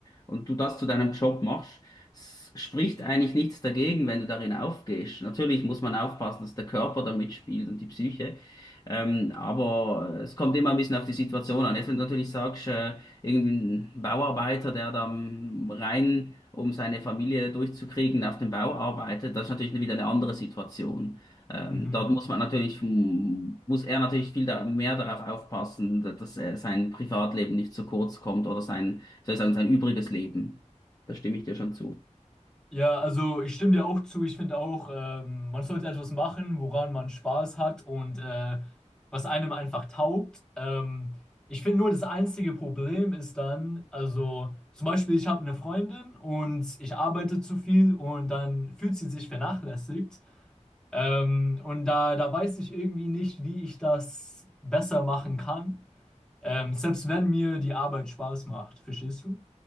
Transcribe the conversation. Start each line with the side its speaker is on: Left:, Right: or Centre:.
Left: und du das zu deinem Job machst, s- spricht eigentlich nichts dagegen, wenn du darin aufgehst. Natürlich muss man aufpassen, dass der Körper da mitspielt und die Psyche. Ähm, aber es kommt immer ein bisschen auf die Situation an. Jetzt, wenn du natürlich sagst, äh, irgendein Bauarbeiter, der da am rein, um seine Familie durchzukriegen, auf dem Bau arbeitet, das ist natürlich wieder eine andere Situation. Ähm,
Centre: Mhm.
Left: dort muss man natürlich, hm, muss er natürlich viel da, mehr darauf aufpassen, da- dass er sein Privatleben nicht zu kurz kommt oder sein, soll ich sagen, sein übriges Leben. Da stimme ich dir schon zu.
Centre: Ja, also ich stimme dir auch zu. Ich finde auch, ähm, man sollte etwas machen, woran man Spaß hat und äh, was einem einfach taugt. Ähm, ich finde nur, das einzige Problem ist dann, also zum Beispiel, ich habe eine Freundin und ich arbeite zu viel und dann fühlt sie sich vernachlässigt. Ähm, und da, da weiß ich irgendwie nicht, wie ich das besser machen kann, ähm, selbst wenn mir die Arbeit Spaß macht. Verstehst du?